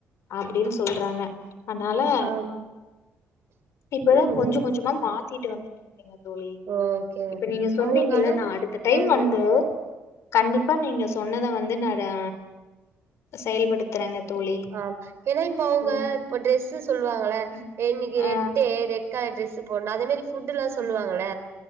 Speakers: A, on the left; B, on the right.
A: அப்டின்னு சொல்றாங்க அனலா
B: ஆமா
A: இப்பதா
B: ம்
A: கொஞ்சம்
B: ம்
A: கொஞ்சமா மாத்திட்டு வந்து ங்க தோழி
B: ஓகே
A: இப்ப நீங்க சொன்னீங்கல்ல
B: அவங்களுக்கு ஆனா
A: நா அடுத்த டைம்
B: ம்
A: வந்து
B: ம்
A: கண்டிப்பா நீங்க சொன்னத வந்து நானு செயல்படுத் பத்தரங்க தோழி
B: ஆ ஏன்னா இப்ப அவுங்க
A: ம்.
B: இப்ப ட்ரெஸு சொல்லுவாங்கல
A: ம்.
B: இன்னக்கி
A: ஆ.
B: ரெட்டு ரெட் ட் கலர் டிரஸு போடுணு அதே மேரி ஃபுட்டெல்லா சொல்லுவாங்கல
A: ம்.